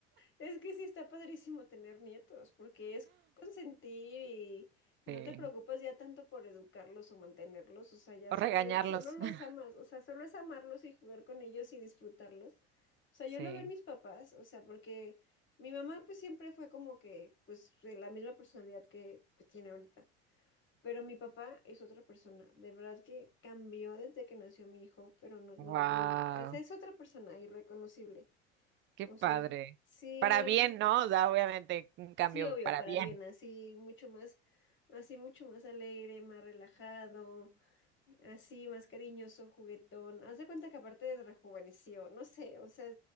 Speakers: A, on the left; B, on the right.
A: Es que sí está padrísimo tener nietos, porque es consentir y no
B: Sí.
A: te preocupas ya tanto por educarlos o mantenerlos, o sea, ya
B: O
A: solo
B: regañarlos.
A: es, solo los
B: <laughs>
A: amas, o sea, solo es amarlos y jugar con ellos y disfrutarlos. O sea,
B: Sí.
A: yo lo veo en mis papás, o sea, porque mi mamá pues siempre fue como que, pues, de la misma personalidad que, que tiene ahorita. Pero mi papá es otra persona, de verdad que cambió desde que nació mi hijo, pero no, no,
B: Wow,
A: mm, o sea, es otra persona irreconocible.
B: qué
A: O
B: padre.
A: sea, sí,
B: Para bien, ¿no? O sea, obviamente un cambio
A: sí, obvio,
B: para
A: para
B: bien.
A: bien, así mucho más, así mucho más alegre, más relajado, así más cariñoso, juguetón. Haz de cuenta que aparte rejuveneció, no sé, o sea,